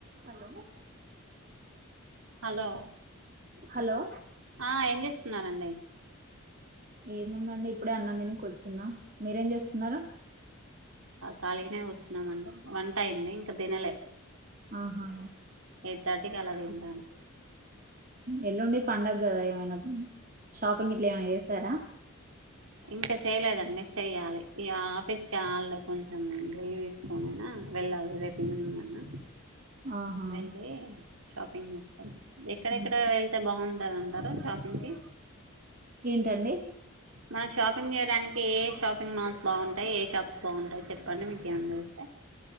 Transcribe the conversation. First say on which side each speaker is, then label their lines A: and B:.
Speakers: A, on the right; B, on the right.
A: Hello
B: hello
A: hello
B: ఆ ఏం చేస్తున్నారంండి
A: ఏముందండి ఇప్పుడే అన్నందిని కూర్చున్నా మీరేం చేస్తున్నారూ
B: ఖళీనే కూర్చున్నామండి వంట అయింది ఇంకా దినలే
A: ఆహా
B: ఎయిట్ థర్టీకి అలా తింటాను
A: ఎల్లుండడివి పడుగ కదా ఏమైనా షాపింగ్ ఇట్లా ఏమనా చేసారా
B: ఇంకా చెయలేదండి చెయ్యాలి ఈ ఆఫీస్కి కావాలే కొంచెం లీవ్ తీసుకోనేనా వెళ్ళాలు రేపు ఈవినింగ్ అన్నా
A: ఆహా
B: వెళ్ళి షాపింగ్ చేస్తాం ఎక్కడెక్కడ
A: మ్మ్.
B: వెళ్తే బాగుంట దంటారా షాపింగ్ కి
A: ఏంటండి
B: మనం షాపింగ్ చేయడానికి ఏ షాపింగ్ మాల్స్ బాగుంటాయి ఏ షప్స్ బాగుంటాయి చెప్పండి మీకు ఏ అని తెరిస్తా